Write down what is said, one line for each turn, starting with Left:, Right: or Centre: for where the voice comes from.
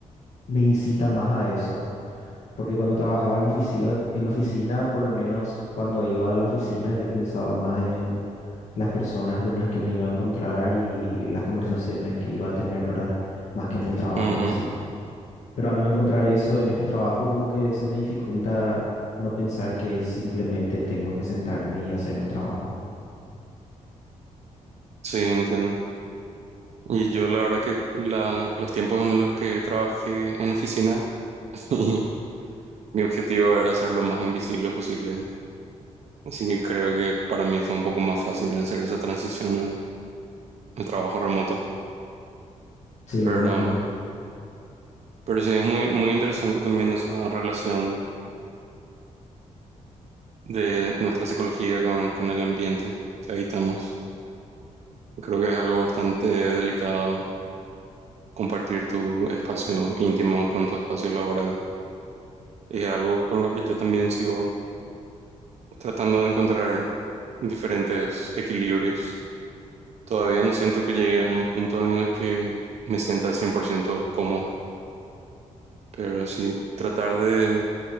Left: me incita más a eso, porque cuando trabajaba en oficina, en oficina, por lo menos cuando iba a la oficina, yo pensaba más en las personas con las que me iba a encontrar y las conversaciones que iba a tener, ¿verdad? Más que en el trabajo
Right: ujú.
Left: en sí. Pero al no encontrar eso en este trabajo, como que se me dificulta no pensar que simplemente tengo que sentarme y hacer un trabajo.
Right: Sí, entiendo. Y yo la verdad que la, los tiempos en los que trabajé en oficina, <laughs> mi objetivo era ser lo más invisible posible. Así que creo que para mí fue un poco más fácil hacer esa transición al, al trabajo remoto.
Left: Sí,
Right: Pero,
Left: me imagino.
Right: pero sí, es muy, muy interesante también esa relación de nuestra psicología con, con el ambiente que habitamos. Creo que es algo bastante delicado compartir tu espacio íntimo con tu espacio laboral. Es algo con lo que yo también sigo tratando de encontrar diferentes equilibrios. Todavía no siento que llegue a un punto en el que me sienta 100% cómodo, pero sí tratar de